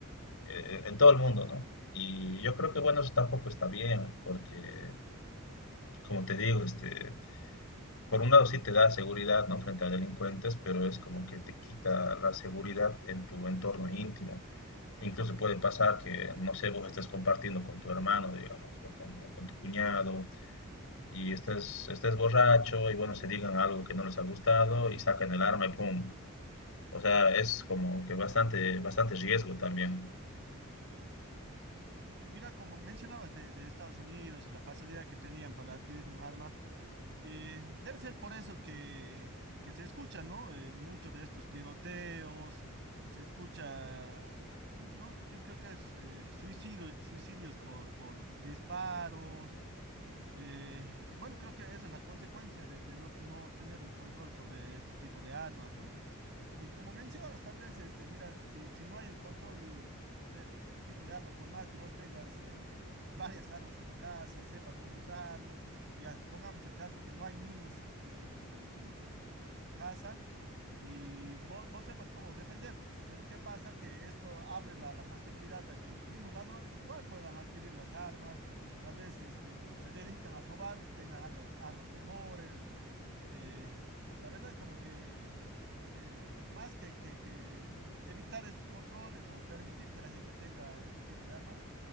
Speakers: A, on the left; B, on the right.
A: eh, en todo el mundo, ¿no? Y yo creo que, bueno, eso tampoco está bien, porque, como te digo, este, por un lado sí te da seguridad, ¿no? Frente a delincuentes, pero es como que te quita la seguridad en tu entorno íntimo. Incluso puede pasar que, no sé, vos estés compartiendo con tu hermano, digamos, o con, o con tu cuñado, y estés, estés borracho, y bueno, se digan algo que no les ha gustado, y sacan el arma y pum, O sea, es como que bastante, bastante riesgo también.
B: M- Mira, como mencionabas de, de Estados Unidos y la facilidad que tenían para adquirir un arma, eh, debe ser por eso que, que se escucha, ¿no? Eh, mucho de estos tiroteos, se escucha, no, creo creo que es eh, suicidio- suicidios por, por disparos Eh, bueno, creo que esa es la consecuencia de, de no, no tener un control sobre este tipo de armas, ¿no? Y como mencionas, tal vez, este, mira, si, si no hay el control de este tipo de armas, por más que vos tengas eh, varias armas en tu casa, sepas cómo usarlos, ya pongamos el caso que no hay niños en, en- en- en- en tu casa y vos, vos sepas cómo defenderte, pero ¿qué pasa? Que esto abre la, la posibilidad a que los mismos ladrones igual puedan adquirir las armas, tal vez este, como se dedican a robar, tengan armas, armas mejores, eh, la verdad como que, que más que, que, que evitar esos controles o permitir que la gente tenga este tipo de armas,